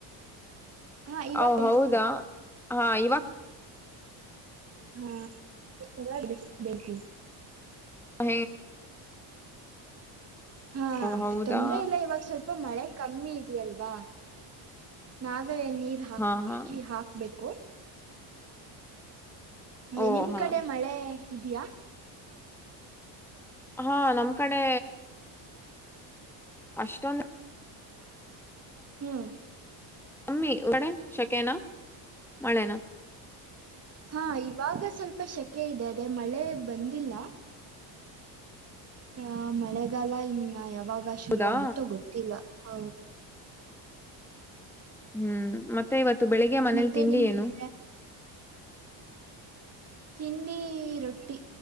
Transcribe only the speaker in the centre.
ಹೊ
ಹೌದಾ ಹಾ ಇವ
ಹ
ಹೌದಾ
ಹಾ ಹಾ
ಓ
ಹಾ
ಹಾ ನಮ ಕಡೆ ಅಷ್ಟಂದು
ಮಮ್ಮಿ ಹಿಕ್ಡೆೆ ಶಕೆ ನ ಮಳೆ ನ
ಹೌದಾ
ಹ್ಮ್ ಮತ್ತೆ ಇವತ್ತು ಬೆಳಿಗ್ಗೆ ಮನೇಲಿ
ತಿಂಡಿ
ಏನು